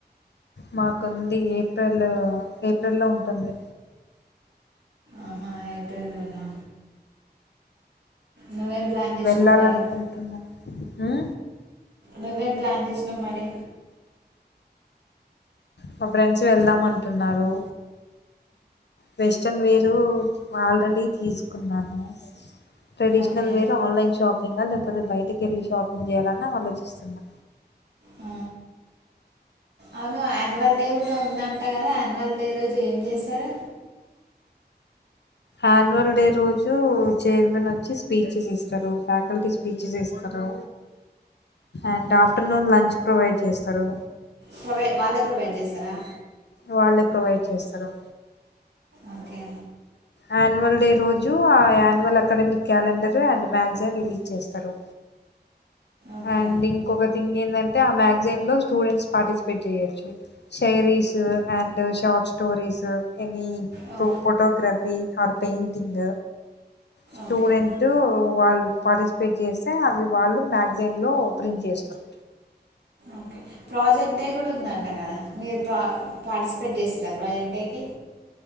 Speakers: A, on the left (about 80°); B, on the right (about 80°).
A: మాకుంది ఏప్రిల్ ఏప్రిల్ల్లో ఉంటుంది
B: ఆహా ఏప్రిల్లోనా నువ్వేం ప్లాన్ చేసినావు
A: వెళ్ళాలనుకుంటున్నా
B: మరి
A: ఆ
B: నువ్వేం ప్లాన్ చేసినావు మరి
A: మా ఫ్రెండ్స్ వెళ్దాం అంటున్నారు వెస్ట్రన్ వేరు ఆల్రెడీ తీసుకున్నాను traditional
B: okay
A: wear online shopping లేకపోతే బయటికి వెళ్ళి షాపింగ్ చేయాలని ఆలోచిస్తున్నా
B: ఆ, అవును యాన్యువల్ డే కూడా ఉందంట కదా యాన్యువల్ డే రోజు ఏం చేస్తారు
A: యాన్యువల్ డే రోజు చైర్మన్ వచ్చి స్పీచెస్ ఇస్తారు ఫ్యాకల్టీ స్పీచెస్ ఇస్తారు అండ్ ఆఫ్టర్నూన్ లంచ్ ప్రొవైడ్ చేస్తారు
B: ప్రొవై వాళ్ళే ప్రొవైడ్ చేస్తారా
A: వాళ్ళే ప్రొవైడ్ చేస్తారు
B: ఓకే
A: యాన్యువల్ డే రోజు ఆ annual academic calendar and magazine release చేస్తారు
B: ఓకే
A: అండ్ ఇంకొక థింగ్ ఏంటంటే ఆ మ్యాగ్జైన్ లో స్టూడెంట్స్ పార్టిప షీస్ చేయొచ్చు శేరష్ ఈజ్ అండ్ షార్ట్ స్టోరీస్ ఎని
B: ఓ
A: ప్రో photograph or painting student
B: okay
A: వాళ్ళు పార్టిసిపేట్ చేస్తే అవి వాళ్ళు రాజ్ న్ లో ప్రింట్ చేస్తురు
B: ఓకే ప్రాజెక్ట్ డే కూడా ఉందం ట గా మీరు ప్రా పాార్టిసిపేట్ చేసిలా ప్రాజెక్ట్ డేకి